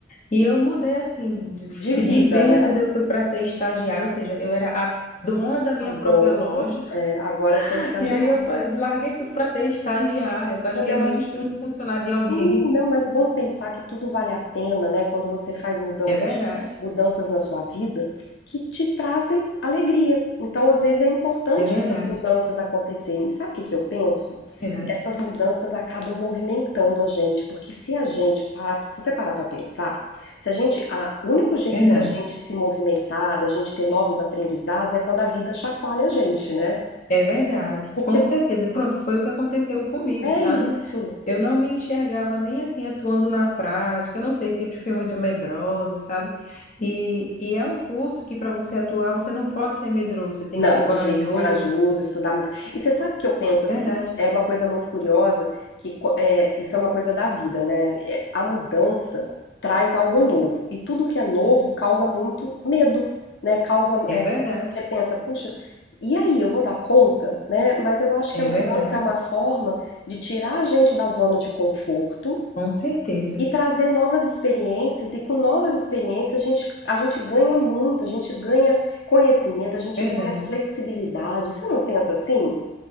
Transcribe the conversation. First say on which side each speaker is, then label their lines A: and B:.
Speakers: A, on the left; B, on the left.
A: E eu mudei assim, de fui-
B: De vida,
A: de vendas
B: né?
A: eu fui para ser estagiária, ou seja, eu era a dona da minha
B: A dona,
A: própria loja.
B: é, agora você
A: <laughs>
B: é estagiária.
A: E aí eu pa- larguei tudo para ser estagiária, que eu acho
B: Mas
A: que
B: eu
A: é menos
B: acho
A: que um funcionário
B: Sim,
A: de alguém. <laughs>
B: não, mas vamos pensar que tudo vale a pena, né? Quando você faz mudanças,
A: É verdade.
B: mudanças na sua vida que te trazem alegria. Então, às vezes, é importante
A: É verdade,
B: essas mudanças acontecerem. E Sabe o que que eu penso?
A: verdade,
B: Essas mudanças acabam movimentando a gente, porque se a gente parar, se você parar para pensar, se a gente, a, o único jeito
A: verdade.
B: da gente se movimentar, da gente ter novos aprendizados, é quando a vida chacoalha a gente, né?
A: É verdade,
B: Porque
A: com certeza. Pronto, foi o que aconteceu comigo,
B: é
A: sabe?
B: isso.
A: Eu não me enxergava nem assim atuando na prática. Eu não sei, sempre fui muito medrosa, sabe? E, e é um curso que para você atuar, você não pode ser medroso, você tem
B: Não,
A: que ser corajoso.
B: de jeito corajoso, estudar muito. E você sabe que eu penso assim,
A: Verdade,
B: é uma coisa muito curiosa, que co- é, isso é uma coisa da vida, né? É, a mudança traz algo novo, e tudo que é novo causa muito medo, né? Causa,
A: é
B: é,
A: verdade,
B: você pensa, puxa, e aí, eu vou dar conta, né? Mas eu acho
A: é
B: que a mudança
A: verdade.
B: é uma forma de tirar a gente da zona de conforto,
A: Com certeza,
B: e trazer novas experiências, e com novas experiências a gente, a gente ganha muito, a gente ganha conhecimento, a gente
A: verdade.
B: ganha flexibilidade. Você não pensa assim?